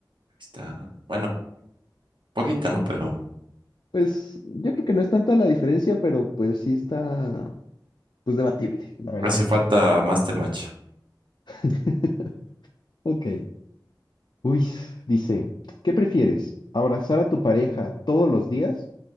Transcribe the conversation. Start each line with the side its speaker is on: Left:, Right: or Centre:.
Right: Está, bueno, poquita, ¿no? Pero
Left: Pues yo creo que no es tanta la diferencia, pero pues sí está, pues debatible, la verdad.
Right: hace falta más temacho.
Left: <laughs> Ok. Uy, dice, ¿qué prefieres? ¿Abrazar a tu pareja todos los días